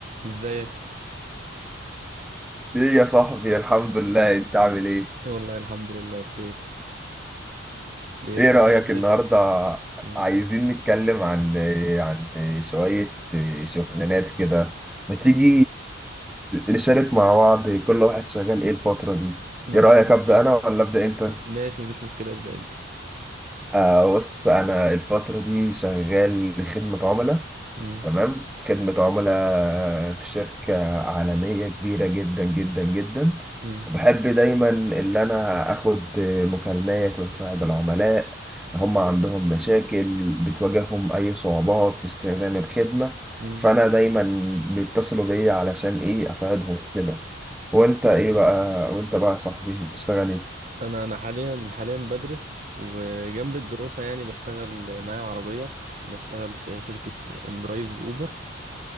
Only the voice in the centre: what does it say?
ايه يا صاحبي الحمد لله انت عامل ايه
ايه
رأيك النهارده
عايزين نتكلم عن عن شوية شغلانات كده ما تيجي نشارك مع بعض كل واحد شغال ايه الفترة دي
ايه رأيك
أبدأ انا ولا أبدأ انت
آه بص انا الفترة دي شغال خدمة عملاء
تمام خدمة عملاء في شركة عالمية كبيرة جدا جدا جدا
وبحب دايما اللي أنا أخد مكالمات وأساعد العملاء هم عندهم مشاكل بتواجههم أي صعوبات في استخدام الخدمة
فأنا دايما بيتصلوا بيا علشان إيه أساعدهم في كده وأنت إيه بقى وأنت بقى يا صاحبي بتشتغل إيه؟